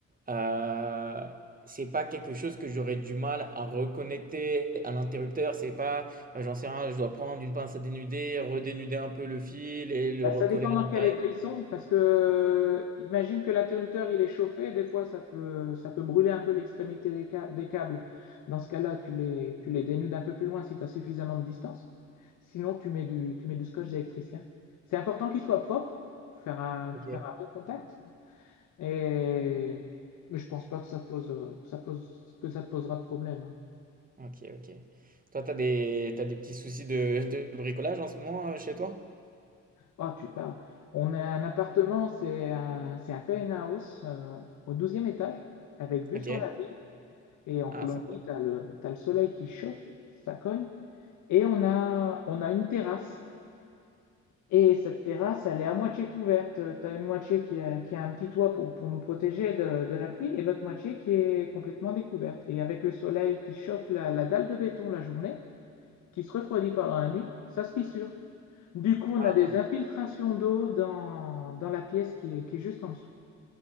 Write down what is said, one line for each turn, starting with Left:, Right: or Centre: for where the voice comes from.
Right: heu, c'est pas quelque chose que j'aurais du mal à reconnecter à l'interrupteur? C'est pas, heu, j'en sais rien, je dois prendre une pince à dénuder, redénuder un peu le fil et le
Left: Bah,
Right: recoller
Left: ça dépend
Right: à
Left: dans
Right: l'intérieur?
Left: quel état ils sont, parce que euh, imagine que l'interrupteur il est chauffé, des fois ça peut, ça peut brûler un peu l'extrémité des, ca- des câbles. Dans ce cas-là, tu les, tu les dénudes un peu plus loin si tu as suffisamment de distance. Sinon, tu mets du, tu mets du scotch électricien. C'est important qu'il soit propre pour faire un,
Right: OK.
Left: pour faire un bon contact. Et mais je pense pas que ça pose, euh, que ça pose, que ça te posera de problème. hein.
Right: OK, OK. Toi, t'as des t'as des petits soucis de de bricolage en ce moment, heu, chez toi?
Left: Oh, tu parles. On a un appartement, c'est un, c'est un penthouse euh, au douzième étage, avec vue
Right: OK.
Left: sur la ville. Et en
Right: Ah
Left: Colombie,
Right: sympa.
Left: tu as le, t'as le soleil qui chauffe, ça cogne. Et on a, on a une terrasse. Et cette terrasse, elle est à moitié couverte. Tu as une moitié qui a, qui a un petit toit pour, pour nous protéger de, de la pluie et l'autre moitié qui est complètement découverte. Et avec le soleil qui chauffe la, la dalle de béton la journée, qui se refroidit pendant la nuit, ça se fissure. Du coup, on
Right: Ah!
Left: a des infiltrations d'eau dans, dans la pièce qui est, qui est juste en dessous.